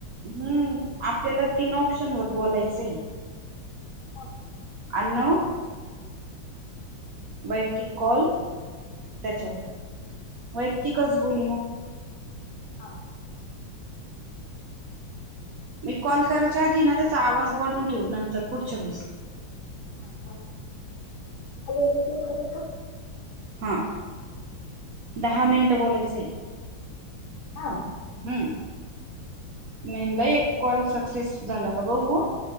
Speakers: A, on the right; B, on the left.
A: हम्म आपल्याला तीन ऑप्शनवर बोलायचं आहे.
B: मग
A: अनऊ वैक्तिक कॉल त्याच्यावर वैक्तिकच बोलू मग.
B: हा
A: मी कॉल करायच्या आधी ना त्याचा आवाज वाढवून ठेव नंतर पुढच्या वेळेस.
B: हा का हॅलो <unintelligible> का
A: हा दहा मिनिट बोलायचंय.
B: हां
A: हम मेनला एक कॉल सक्सेस झाला का भाऊ?